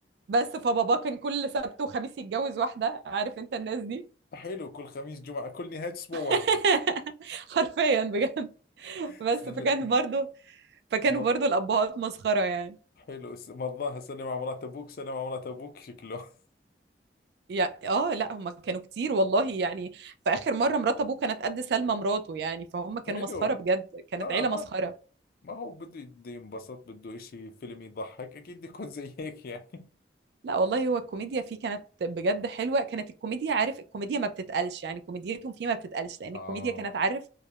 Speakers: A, on the right; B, on the left.
A: بس فبابا كان كل سبت وخميس يتجوز واحده عارف انت الناس دي
B: حلو كل خميس جمعة كل نهاية أسبوع واحدة
A: <laughs> حرفيا بجد
B: <laughs>
A: بس
B: سل...
A: فكان برضو فكانوا
B: مر-
A: برضو الابهات مسخره يعني
B: حلو س- مرضاها سلم على مرات أبوك سلم على مرات أبوك شكله <laughs>
A: يعني اه لا هم كانوا كتير والله يعني في اخر مره مرات ابوه كانت قد سلمى مراته يعني فهم كانوا
B: حلو
A: مسخره بجد كانت
B: آه
A: عيله
B: هذا
A: مسخره
B: ما هو بده بده ينبسط بده إشي فيلم يضحك أكيد بده يكون زي هيك يعني
A: لا والله هو الكوميديا فيه كانت بجد حلوة كانت الكوميديا عارف الكوميديا ما بتتقلش يعني كوميديتهم فيه ما بتتقلش
B: <laughs>
A: لأن
B: آه
A: الكوميديا كانت عارف